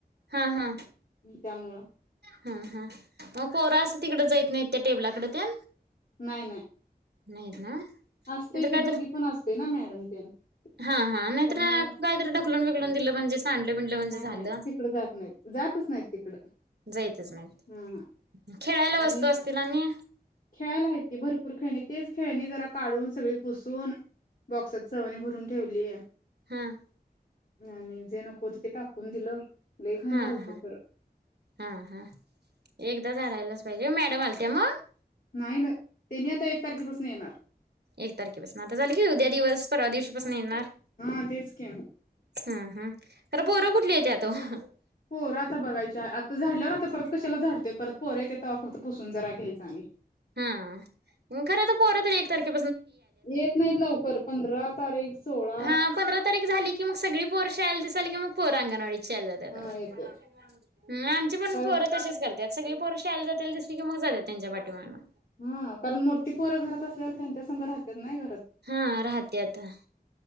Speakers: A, on the right (about 80°); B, on the left (about 55°).
A: हा हा
B: त्यामुळं
A: हा हा मग पोरा असं तिकड जायत नाहीत त्या टेबलाकडे त्या?
B: नाही नाही.
A: नाहीत ना.
B: असतोय
A: कायतरी
B: कि दोघी पण असतय ना मॅडम. <inaudible>
A: हा हा नाही
B: त्यामुळं
A: तर काय तर ढकलून बिकलून दिल म्हणजे सांडलं बिंडलं म्हणजे
B: नाही
A: झालं
B: नाही तिकड जात नाहीत जातच नाहीत तिकड
A: जायतच नाहीत
B: हा हा
A: खेळायला
B: आणि
A: वस्तू असतील आणि
B: खेळायला आहेत की भरपूर तेच खेळणी जरा काढून सगळी पुसून बॉक्सात <unintelligible> भरून ठेवली ये.
A: हम
B: आणि जे नको होते ते टाकून दिलं. लय घाण
A: हा
B: झालत
A: हा
B: खरं
A: हा हा एक <unintelligible> पाहिजे मॅडम आलत्या म? त
B: नाही ना, त्यांनी आता एक तारखेपासून येणार.
A: एक तारखेपासन, आता झालं की उद्या दिवस, परवा दिवशीपासून येणार.
B: हा तेच की
A: हम हम. खर पोरं कुठली येत्यात? <unintelligible>
B: पोरं आता बघायच्या आत झाडल्यावर आता परत कशाला झाडतोय, परत पोर येत्यात तेव्हा फक्त पुसून जरा घ्यायचा आणि
A: हा, खरं तर पोर तर एक तारखे
B: येत नाहीत लवकर, पंधरा तारीख सोळा
A: हा पंधरा तारीख झाली की, मग सगळी पोरं शाळेला दिसायली की मग, पोर अंगणवाडीच्या शाळेला जात्यात्या,
B: हा येतात
A: आमचे पण
B: कारण
A: पोरं तसेच कर त्यात सगळी पोर शाळेला जातील दिसली की मग जात्यात त्यांच्या पाठीमागण
B: हा, कारण मोठी पोरं घरात असल्यावर त्यान संग राहत्यात नाही राह
A: हा राहत्याता.